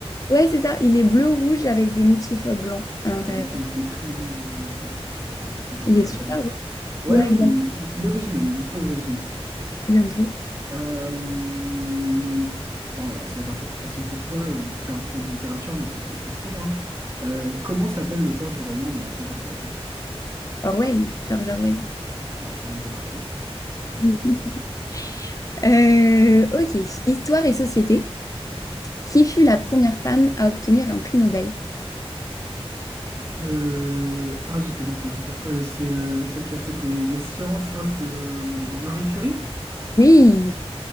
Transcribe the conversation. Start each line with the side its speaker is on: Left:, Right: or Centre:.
Left: Ouais, c'est ça. Il est bleu-rouge avec des motifs euh, blancs à l'intérieur.
Right: avec euh, des triangles genre, euh, sur les côtés, enfin
Left: Il
Right: pour
Left: est
Right: la forme.
Left: super beau.
Right: Ouais,
Left: Ouais,
Right: non,
Left: exact.
Right: il est, il- il est original, il est super original.
Left: J'aime trop.
Right: Euh, oh, ça va être un peu trop facile pour toi, euh, vu que tu es un peu fan de littérature, mais bon, c'est la question, hein. Euh, comment s'appelle l'auteur du roman 1984?
Left: Orwell, George Orwell.
Right: Non, encore une bonne réponse.
Left: <laughs> Euh, ok, Histoire et société. Qui fut la première femme à obtenir un prix Nobel?
Right: Euh, Ah, j'ai tellement pas envie de dire. Euh, c'est euh, celle qui a fait des, des sciences, là, c'est euh, Marie Curie?
Left: Oui,